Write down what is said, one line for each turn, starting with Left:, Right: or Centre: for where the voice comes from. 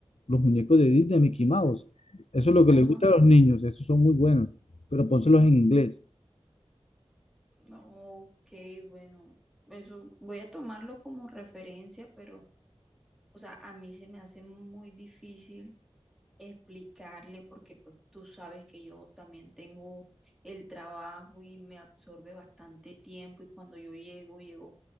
Left: los muñecos de Disney, Mickey Mouse. Eso es lo que
Centre: Ajá.
Left: le gusta a los niños, esos son muy buenos, pero pónselos en inglés.
Centre: No, ok, bueno, eso voy a tomarlo como referencia, pero, o sea, a mí se me hace muy difícil explicarle porque pues tú sabes que yo también tengo el trabajo y me absorbe bastante tiempo y cuando yo llego, llego